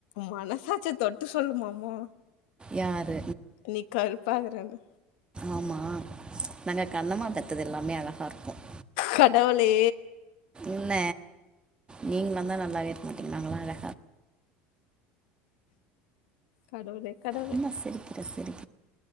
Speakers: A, on the left; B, on the right.
A: மனசாச்சி தொட்டு சொல்லுமா அம்மா
B: யார்
A: நீ கருப்பாகுறன்னு
B: ஆமா நாங்க கண்ணம்மா பெத்தது எல்லாமே அழ தார்ப்போம்
A: கடவுளே
B: என்ன நீங்களுந்தா நல்லாவே இருக் மாதிக்கு நாங்களா இல்ல
A: கடவுளே கடவுளே
B: என்ன சிரிக்குற சிரி